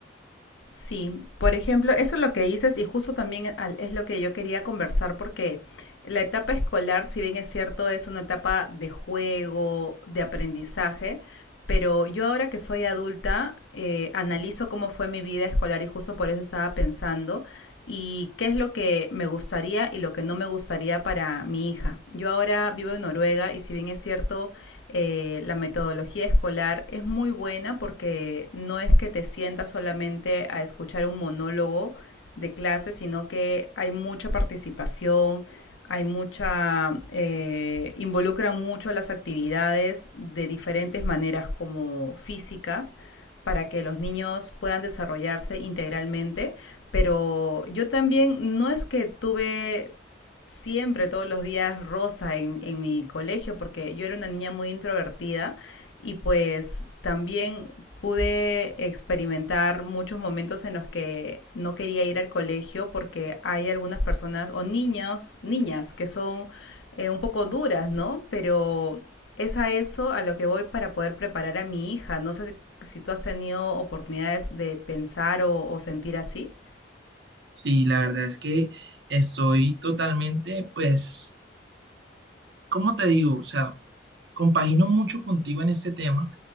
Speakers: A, on the left (about 85°); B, on the right (about 65°).
A: Sí, por ejemplo, eso es lo que dices y justo también al- es lo que yo quería conversar porque la etapa escolar, si bien es cierto, es una etapa de juego, de aprendizaje, pero yo ahora que soy adulta, eh, analizo cómo fue mi vida escolar y justo por eso estaba pensando y qué es lo que me gustaría y lo que no me gustaría para mi hija. Yo ahora vivo en Noruega y si bien es cierto, eh, la metodología escolar es muy buena porque no es que te sientas solamente a escuchar un monólogo de clase, sino que hay mucha participación, hay mucha, eh, involucra mucho las actividades de diferentes maneras como físicas para que los niños puedan desarrollarse integralmente, pero yo también no es que tuve siempre, todos los días rosa en, en mi colegio, porque yo era una niña muy introvertida y pues también pude experimentar muchos momentos en los que no quería ir al colegio porque hay algunas personas o niños, niñas que son eh, un poco duras, ¿no? Pero es a eso a lo que voy para poder preparar a mi hija. No sé si tú has tenido oportunidades de pensar o, o sentir así.
B: Sí, la verdad es que estoy totalmente pues ¿cómo te digo? O sea, compagino mucho contigo en este tema,